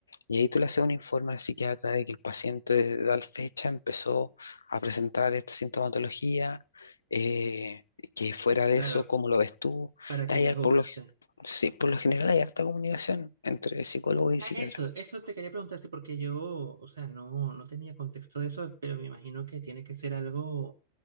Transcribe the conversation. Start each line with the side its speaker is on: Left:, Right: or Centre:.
Left: Y ahí tú le haces un informe al psiquiatra de que el paciente de tal fecha empezó a presentar esta sintomatología, eh, que fuera de
Right: Claro,
Left: eso, ¿cómo lo ves tú?
Right: para
Left: Y
Right: que
Left: hay,
Right: les
Left: al-
Right: guste.
Left: por lo, g- sí, por lo general hay harta comunicación entre psicólogo y
Right: Ah,
Left: psiquiatra,
Right: eso, eso te quería preguntarte porque yo, o sea, no, no tenía contexto de eso, pero me imagino que tiene que ser algo